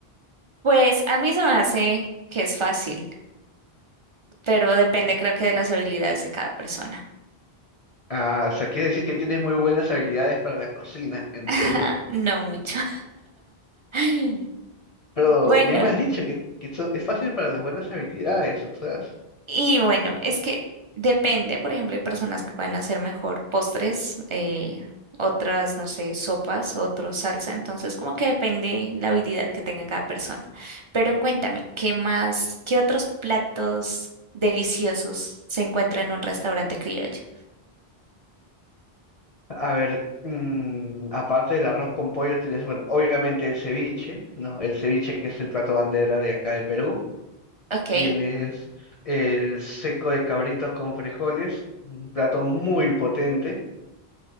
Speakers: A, on the right; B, on the left.
A: Pues a mí se me hace que es fácil, pero depende creo que de las habilidades de cada persona.
B: Ah, o sea, quiere decir que tienes muy buenas habilidades para la cocina, entiendo.
A: <laughs> No mucho. <laughs>
B: Pero
A: Bueno.
B: ya me has dicho que, que son- es fácil para las buenas habilidades, o sea.
A: Y bueno, es que depende, por ejemplo, hay personas que pueden hacer mejor postres, eh, otras, no sé, sopas, otros salsa, entonces como que depende la habilidad que tenga cada persona. Pero cuéntame, ¿qué más, qué otros platos deliciosos se encuentran en un restaurante criollo?
B: A ver, mm, aparte del arroz con pollo tienes, bueno, obviamente el ceviche, ¿no? El ceviche que es el plato bandera de acá de Perú.
A: Ok,
B: Tienes el seco de cabrito con frijoles, un plato muy potente.